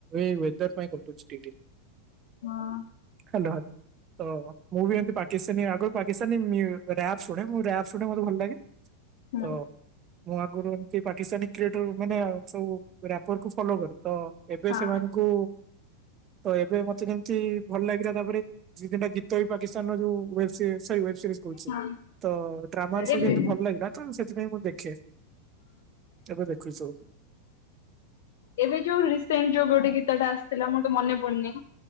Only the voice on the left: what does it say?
ହଁ।
ହଁ।
ହଁ
ହଁ।
ଏବେ
ଏବେ ଯୋଉ ରିସେଣ୍ଟ ଯୋଉ ଗୋଟେ କି ସେଟା ଆସିଥିଲା ମୁଁ ତ ମନେ ପଡୁନି